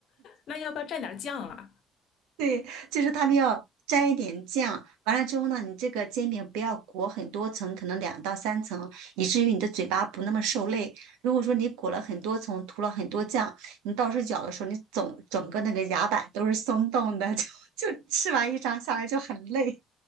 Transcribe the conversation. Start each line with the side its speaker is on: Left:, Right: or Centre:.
Left: 那要不要蘸点酱啊？
Right: 对，就是他们要沾一点酱，完了之后呢，你这个煎饼不要裹很多层，可能两到三层，以至于你的嘴巴不那么受累。如果说你裹了很多层，涂了很多酱，你到时候咬的时候，你总整个那个牙板都是松动的，<laughs> 就就吃完一张下来就很累。